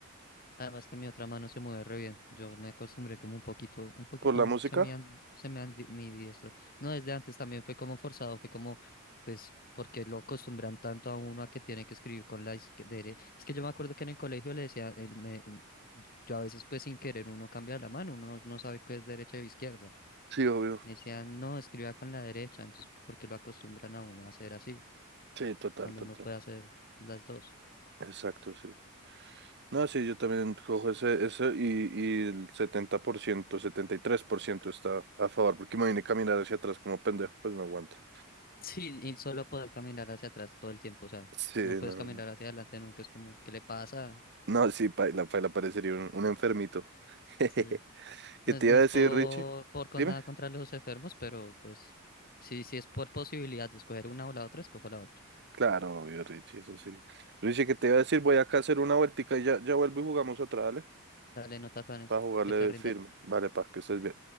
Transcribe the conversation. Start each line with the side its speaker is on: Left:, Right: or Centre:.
Left: Además que mi otra mano se mueve re bien. Yo me acostumbré como un poquito, un poquito
Right: ¿Por la música?
Left: se me han, se me han di- mi diestro. No, desde antes también fue como forzado, fue como, pues, porque lo acostumbran tanto a uno a que tiene que escribir con la izquierda. Es que yo me acuerdo que en el colegio le decía, él me, em, yo a veces pues sin querer uno cambia la mano, uno no sabe qué es derecha o izquierda.
Right: Sí, obvio.
Left: Me decían, no, escriba con la derecha, entonces, porque lo acostumbran a uno a hacer así,
Right: Sí, total,
Left: cuando
Right: total.
Left: uno puede hacer las dos.
Right: Exacto, sí. No, sí, yo también cojo ese, ese y, y el setenta por ciento setenta y tres por ciento está a favor, porque imagínate caminar hacia atrás como pendejo, pues no aguanta.
Left: Sí, y solo poder caminar hacia atrás todo el tiempo, o sea,
Right: Sí,
Left: no puedes
Right: no,
Left: caminar
Right: no.
Left: hacia adelante nunca, es como, ¿qué le pasa?
Right: No, sí, paila, paila, parecería un, un enfermito. <laughs> ¿Qué
Left: Sí. No
Right: te
Left: es, no
Right: iba
Left: es
Right: a decir,
Left: por,
Right: Richie?
Left: por con
Right: Dime.
Left: nada contra los enfermos, pero pues sí, sí es por posibilidad de escoger una o la otra, escojo la otra.
Right: Claro, obvio, Richie, eso sí. Richie, ¿qué te iba a decir? Voy acá a hacer una vueltica y ya, ya vuelvo y jugamos otra, ¿vale?
Left: Dale, no te afanes,
Right: Para jugarle
Left: que te rinda.
Right: firme. Vale, pa, que estés bien.